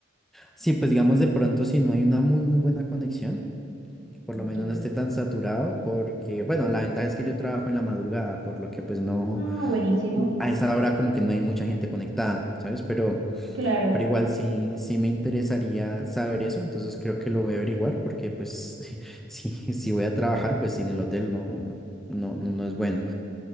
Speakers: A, in the centre; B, on the right.
A: sí, pues digamos de pronto si no hay una muy, muy buena conexión. que por
B: Ok.
A: lo menos no esté tan saturado, porque, bueno, la ventaja es que yo trabajo en la madrugada, por lo que pues no,
B: Ah, buenísimo.
A: mm, a esa hora como que no hay mucha gente conectada, ¿sabes? Pero,
B: Claro,
A: pero igual sí, sí me interesaría saber eso, entonces creo que lo voy a averiguar, porque pues <laughs> si, si voy a trabajar, pues sin el hotel no, no, no, no es bueno.